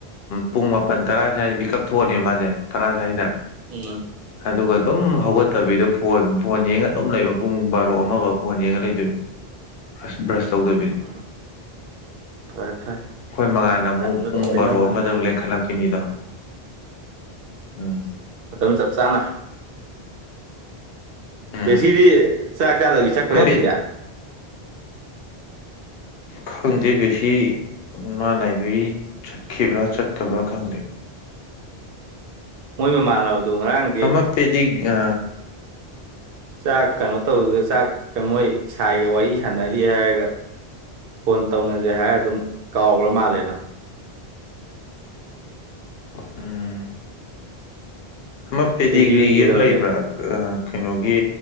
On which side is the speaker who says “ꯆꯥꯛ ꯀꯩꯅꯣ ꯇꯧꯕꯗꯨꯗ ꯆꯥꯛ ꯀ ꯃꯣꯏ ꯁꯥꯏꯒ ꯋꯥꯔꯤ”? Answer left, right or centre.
Right